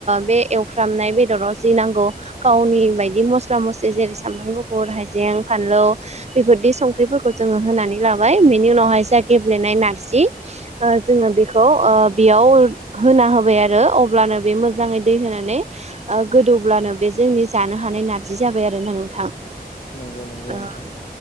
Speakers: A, on the right; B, on the left.
A: बे एवफ्रामनाय बेदराव जि नांगौ गावनि बायदि मस मस्ला मसलि जेरै सामब्राम गुफुर हायजें फानलौ बेफोरदि संख्रिफोरखौ जोङो होनानै ला बिनि उनावहाय जोंहा गेब्लेनाय नारजि ओ जोङो बेखौ जा होबाय आरो अब्लानो बे मोजाङै दै होनानै गोदौब्लानो बे जोंनि जानो हानाय ना जि जाबाय आरो ना नोंथां।
B: नंगौ नंगौ
A: ओ
B: नोंथां।